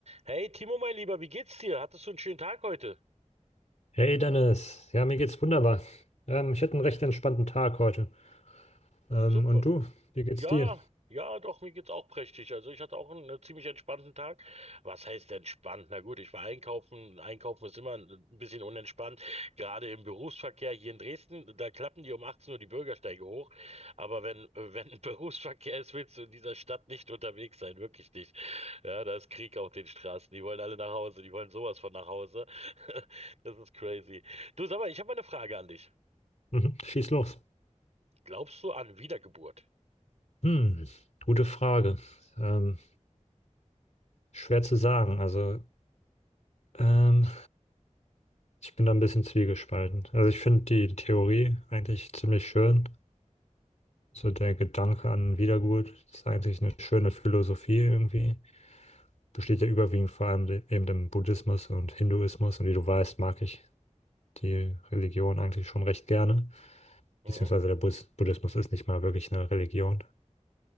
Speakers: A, on the right; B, on the left.
A: Hey Timo, mein Lieber, wie geht's dir? Hattest du einen schönen Tag heute?
B: Hey Dennis, ja, mir geht's wunderbar. Ähm, ich hatte einen recht entspannten Tag heute. Ähm,
A: Super.
B: und du, wie geht's
A: Ja,
B: dir?
A: ja, doch, mir geht's auch prächtig. Also ich hatte auch einen, äh, ziemlich entspannten Tag. Was heißt entspannt? Na gut, ich war einkaufen. Einkaufen ist immer ein, ein bisschen unentspannt. Gerade im Berufsverkehr hier in Dresden, da klappen die um 18 Uhr die Bürgersteige hoch. Aber wenn, äh, wenn <laughs> Berufsverkehr ist, willst du in dieser Stadt nicht unterwegs sein. Wirklich nicht. Ja, da ist Krieg auf den Straßen. Die wollen alle nach Hause. Die wollen sowas von nach Hause. <laughs> Das ist crazy. Du, sag mal, ich habe mal eine Frage an dich.
B: Mhm, schieß los.
A: Glaubst du an Wiedergeburt?
B: Hm, gute Frage. Ähm, schwer zu sagen. Also, ähm, ich bin da ein bisschen zwiegespalten. Also, ich finde die Theorie eigentlich ziemlich schön. So der Gedanke an Wiedergeburt ist eigentlich eine schöne Philosophie irgendwie. Besteht ja überwiegend vor allem de- eben im Buddhismus und Hinduismus. Und wie du weißt, mag ich die Religion eigentlich schon recht gerne.
A: Mhm.
B: beziehungsweise der Bus Buddhismus ist nicht mal wirklich eine Religion.